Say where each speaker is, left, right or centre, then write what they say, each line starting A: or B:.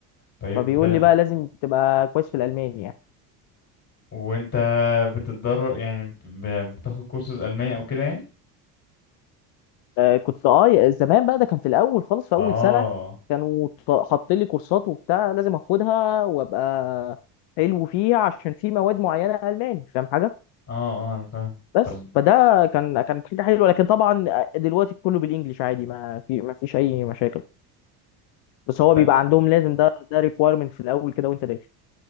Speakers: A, on the left (about 35°); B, on the left (about 60°).
A: طيب
B: فبيقول
A: آه،
B: لي بقى لازم تبقى كويس في الالماني يعني
A: وأنت بتتدرب يعني ب- بتاخد كورسز ألماني أو كده يعني؟
B: آه كنت اه زمان بقى ده كان في الاول خالص في اول
A: اه
B: سنه كانوا حاطين لي كورسات وبتاع لازم اخدها وابقى حلو فيها عشان في مواد معينه الماني فاهم حاجه
A: اه اه أنا فاهم
B: بس
A: طب
B: فده كان كانت حاجه حلوه لكن طبعا آه، دلوقتي كله بالانجلش عادي ما في ما فيش اي مشاكل بس هو
A: لا
B: بيبقى عندهم لازم ده ده ريكويرمنت في الاول كده وانت داخل